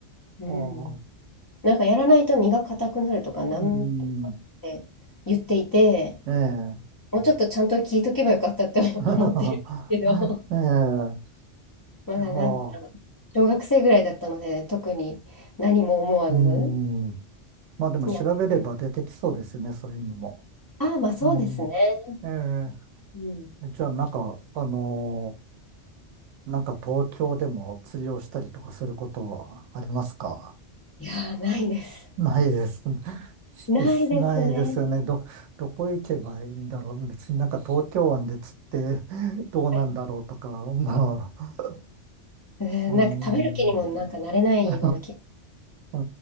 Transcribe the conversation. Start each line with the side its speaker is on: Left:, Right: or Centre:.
Left: うん。
Right: ああ。
Left: なんかやらないと身が硬くなるとか、
Right: うん。
Left: なんとかって言っていて、
Right: ええ。
Left: もうちょっとちゃんと聞いとけばよかったって <laughs>
Right: <laughs>
Left: 思ってるんですけど、
Right: ええ。
Left: まだなんか、
Right: いやあ。
Left: 小学生ぐらいだったので、特に何も思わず
Right: うん。まあでも調べれば出てきそうですよね、
Left: やってくれて。
Right: そういうのも。
Left: ああ、まあそうですね。
Right: うん。え
Left: うん。
Right: え。じゃあなんか、あのーなんか東京でも釣りをしたりとかすることありますか
Left: いやー、ないです。
Right: ないです。
Left: ないですね。
Right: ですないですよね。ど、どこ行けばいいんだろう。別になんか東京湾で釣ってどうなんだろうとか、
Left: はい
Right: まあ、
Left: うん、
Right: うん、
Left: なんか食べる気にもなんかなれないような気。
Right: <laughs> う